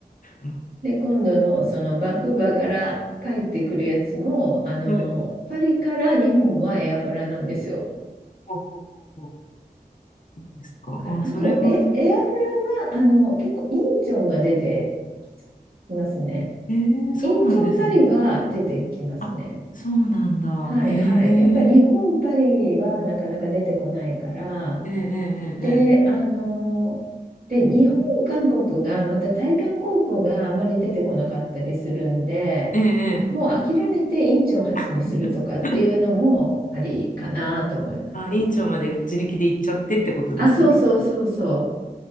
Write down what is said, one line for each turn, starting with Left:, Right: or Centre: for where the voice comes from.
Left: う
Right: で、今度のそのバンクーバーから帰ってくるやつも、あの、
Left: んはい
Right: パリから日本はエアフラなんですよ。
Left: ほうほうほうほうそうですか。
Right: だからあと、
Left: あ、それはそう。
Right: え、エアフラは、あの、結構インチョンが出てきますね。
Left: えー、そうなんですね。
Right: インチョンパリは出てきますね。
Left: あ、そうなんだ。
Right: はいはい。
Left: へ
Right: やっぱ日本パリはなかなか出てこないから、
Left: え。えええ
Right: で、あの、で、日本、韓国が、また対韓航空があんまり出てこなかったりするんで、
Left: えええええええ
Right: もう諦めてインチョン発にするとかっていうのもありかなと思います。
Left: <laughs> あ、院長まで自力で行っちゃってってことですね。
Right: あ、そうそうそうそう。